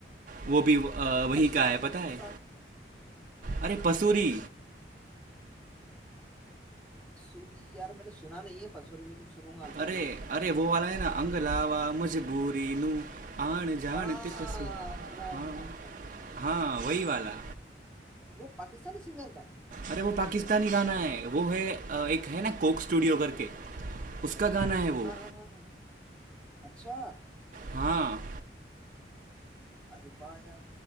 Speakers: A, on the right; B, in the centre.
A: वो भी अ, वहीं
B: पसूरी
A: का है
B: कौन
A: पता है
B: सा
A: अरे पसूरी
B: सूरी यार मैंने सुना नहीं है पसूरी लेकिन सुनूंगा मैं
A: अरे
B: अभी
A: अरे वो वाला है ना अंग लावा मजबूरी नू आन जान
B: हाँ
A: ते पसू
B: सुना है
A: हाँ
B: सुना है, सुना है।
A: हाँ वही वाला
B: वो पाकिस्तानी सिंगर का है?
A: अरे वो पाकिस्तानी गाना है वो है अ, एक है ना कोक स्टूडियो करके उसका गाना है वो
B: हाँ हाँ हाँ हाँ। अच्छा
A: हाँ
B: अरे वाह यार